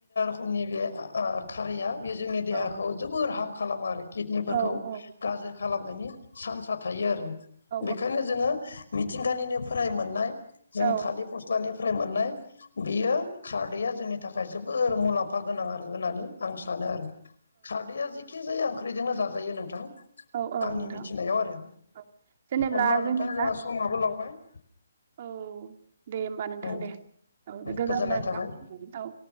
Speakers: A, on the left (about 85°); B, on the right (about 35°).
A: फुंनि बे ओ खारैया बे जोंनि देहाखौ
B: औ
A: जोबोर हार्म खालामो आरोखि किडनिफोरखौ
B: औ औ
A: गाज्रि खालामनायनि सान्सा थायो आरो
B: औ
A: बेखायनो जोङो मिथिंगानिनोफ्राय मोननाय जों
B: औ
A: थालिर फस्लानि फ्राय मोननाय बियो खारदैया जोंनि थाखाय जोबोर मुलाम्फा गोनां आरो होननानै आं सानो आरो खारदैआ जेखि-जाया ओंख्रिजोंनो जाजायो नोंथां
B: औ
A: आंनि
B: नोंथां
A: मिथिनायाव आरो
B: औ जेनेब्ला
A: अब्ला नोंथाङा
B: जोंनिया
A: जोंहा समाबो लावबाय
B: औ दे होमबा नोंथां
A: औ
B: दे औ दे गोजोनथों
A: गोजोननाय थाबाय
B: नोंथां औ